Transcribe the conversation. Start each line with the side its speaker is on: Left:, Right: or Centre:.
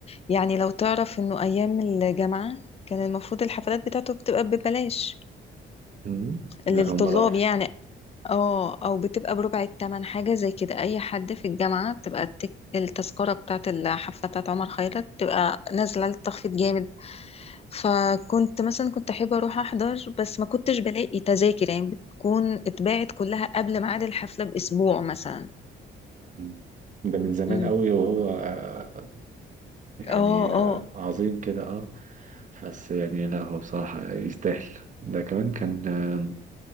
Left: يعني لو تعرف انه ايام الجامعه كان المفروض الحفلات بتاعته بتبقى ببلاش
Right: مم.
Left: للطلاب
Right: لا أول مرة أعرف
Left: يعني اه او بتبقى بربع التمن حاجة زي كده اي حد في الجامعة بتبقى التك... التذكرة بتاعة الحفلة بتاعة عمر خيرت بتبقى نازلة على التخفيض جامد فكنت مثلا كنت احب اروح احضر بس ما كنتش بلاقي تذاكر يعني بتكون اتباعت كلها قبل ميعاد الحفلة باسبوع مثلا
Right: مم. ده من زمان
Left: مم.
Right: قوي وهو آه، يعني
Left: اه
Right: آه،
Left: اه
Right: عظيم كده اه بس يعني لا هو بصراحة يستاهل ده كمان كان آه،